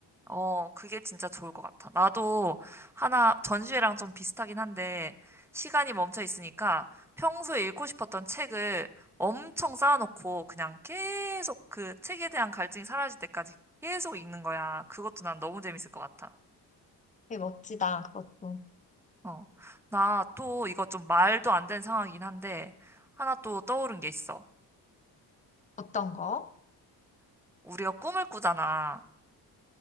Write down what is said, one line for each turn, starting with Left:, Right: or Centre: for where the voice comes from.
Centre: 어, 그게 진짜 좋을 것 같아. 나도 하나 전시회랑 좀 비슷하긴 한데 시간이 멈춰 있으니까 평소에 읽고 싶었던 책을 엄청 쌓아놓고 그냥 계속 그 책에 대한 갈증이 사라질 때까지 계속 읽는 거야. 그것도 난 너무 재밌을 것 같아.
Left: 되게 멋지다, 그것도.
Centre: 어. 나 또 이거 좀 말도 안 되는 상황이긴 한데 하나 또 떠오른 게 있어.
Left: 어떤 거?
Centre: 우리가 꿈을 꾸잖아.